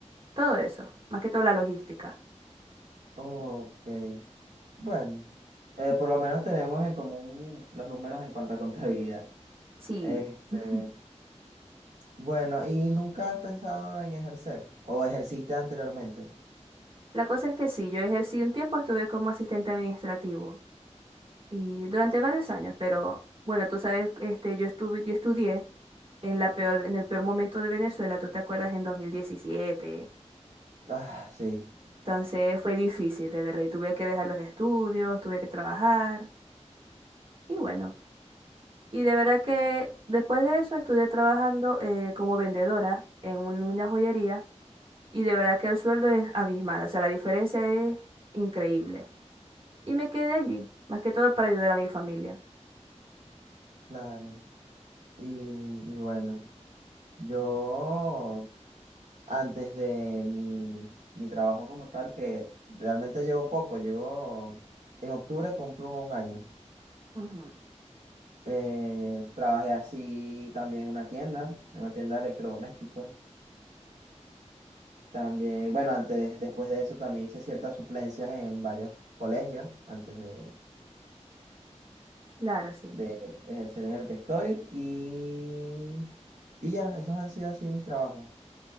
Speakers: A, on the right (about 50°); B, on the right (about 85°).
A: todo eso. Más que todo la logística.
B: Ok. Bueno, eh, por lo menos tenemos en común los números en cuanto a contabilidad.
A: Sí.
B: Este,
A: <laughs>
B: Bueno, ¿y nunca has pensado en ejercer? ¿O ejerciste anteriormente?
A: La cosa es que sí, yo ejercí un tiempo, estuve como asistente administrativo y durante varios años, pero bueno, tú sabes, este, yo estuve, yo estudié en la peor, en el peor momento de Venezuela, tú te acuerdas, en 2017.
B: Ah, sí,
A: Entonces fue difícil, de verdad, y tuve que dejar los estudios, tuve que trabajar y bueno. Y de verdad que después de eso estuve trabajando eh, como vendedora en un- una joyería y de verdad que el sueldo es abismal, o sea, la diferencia es increíble. y me quedé allí, más que todo para ayudar a mi familia.
B: claro. Y, y bueno, yo antes de mi, mi trabajo como tal, que realmente llevo poco, llevo, en octubre cumplo un año.
A: Ujú,
B: Eh, trabajé así también en una tienda, en una tienda de electrodomésticos. También, bueno, antes, después de eso también hice ciertas suplencias en varios colegios, antes de
A: Claro, sí.
B: de ejercer en el que estoy y, y ya, esos han sido así mis trabajos.